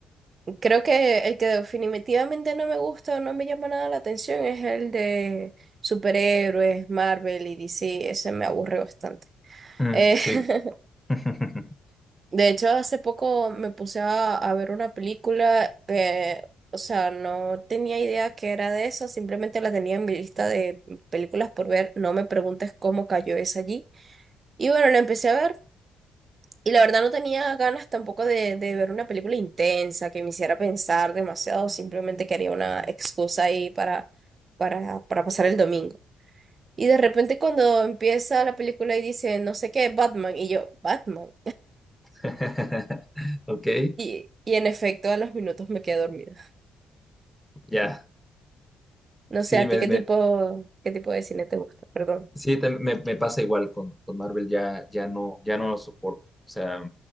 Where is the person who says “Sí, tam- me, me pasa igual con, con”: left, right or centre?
Centre